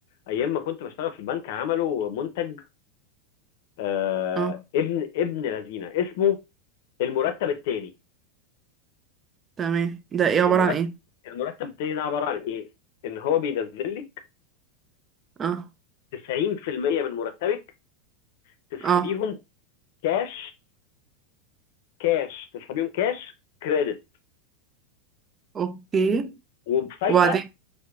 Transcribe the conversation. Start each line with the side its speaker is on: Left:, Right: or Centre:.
Left: ايام ما كنت بشتغل في البنك عملوا منتج آه،
Right: اه
Left: ابن ابن لذينه اسمه المرتب الثاني
Right: تمام ده ايه عباره
Left: المرتب
Right: عن ايه
Left: المرتب الثاني ده عباره عن ايه؟ ان هو بينزل لك
Right: اه
Left: 90% من مرتبك تسحبيهم
Right: اه
Left: كاش كاش تسحب يوم كاش كريدت
Right: اوكي
Left: وبفايده
Right: وبعدين